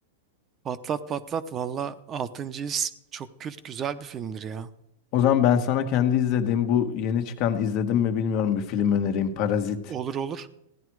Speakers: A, on the right; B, on the left.
A: Patlat patlat valla 6. His çok kült güzel bir filmdir ya.
B: O zaman ben sana kendi izlediğim bu yeni çıkan izledim mi bilmiyorum bir film önereyim Parazit.
A: Olur olur.